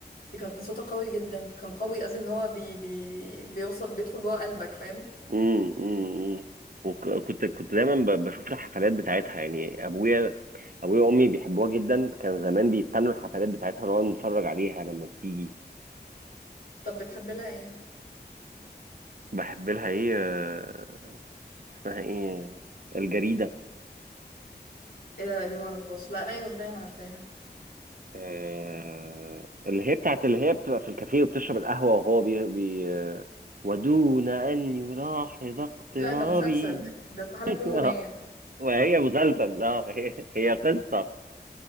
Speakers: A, on the left; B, on the right.
A: دي كان صوتها قوي جدا كان قوي اصلا اللي هو بي بي بيوصل بيدخل جوه قلبك فاهم
B: امم امم وكنت كنت دايما ب- بشوف الحفلات بتاعتها يعني ابويا ابويا وامي بيحبوها جدا كان زمان بيستنوا الحفلات بتاعتها نقعد نتفرج عليها لما بتيجي
A: طب بتحب لها ايه
B: بحب لها ايه آه، اسمها ايه الجريده
A: ايه ده لا دي معرفهاش لا انا اي اغنية انا عارفاها
B: آه، اللي هي بتاعت اللي هي بتبقى في الكافيه وبتشرب القهوه وهو بي, بي آه، ودون ان يلاحظ اقترابي
A: لا ده مسلسل <laughs> ده استحالة
B: <laughs>
A: تكون اغنية
B: وهي مسلسل لا هي هي قصه